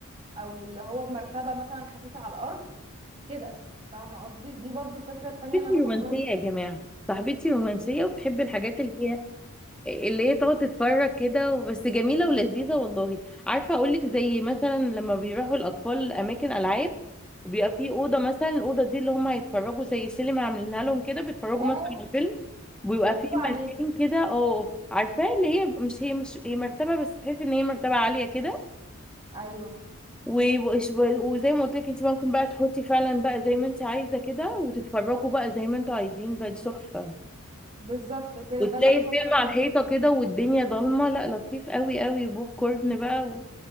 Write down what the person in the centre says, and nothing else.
صاحبتي
رومانسيه
يا جماعه صاحبتي رومانسيه وبتحب الحاجات اللي هي اللي هي تقعد تتفرج كده بس جميلة ولذيذة والله عارفة أقولك زي مثلا لما بيروحوا الأطفال أماكن ألعاب بيبقى في أوضة مثلا الأوضة دي اللي هم هيتفرجوا زي سينما عاملينها لهم كده بيتفرجوا
مثلا على الفيلم ويبقى
في مكان
كده اه عارفاه اللي هي مش هي مش هي مرتبة بس تحسي إن هي مرتبة عالية كده
و- وإش- وزي ما قلت لك انت ممكن بقى تحطي فعلا بقى زي ما انت عايزة كده وتتفرجوا بقى زي ما انتوا عايزين بقى دي تحفة
وتلاقي
الفيلم
على الحيطة
كده والدنيا ضلمة لا لطيف قوي قوي وبوب كورن بقى و-